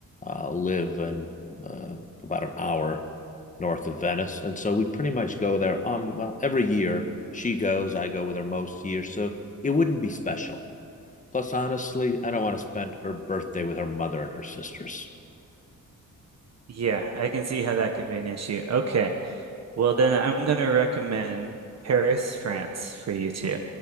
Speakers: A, on the left; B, on the right.
A: uh, live in uh, about an hour north of Venice. And so we pretty much go there. Um, well, every year she goes, I go with her most years. So it wouldn't be special. Plus, honestly, I don't want to spend her birthday with her mother and her sisters.
B: Yeah, I can see how that could be an issue. Okay. Well, then I'm going to recommend Paris, France for you too.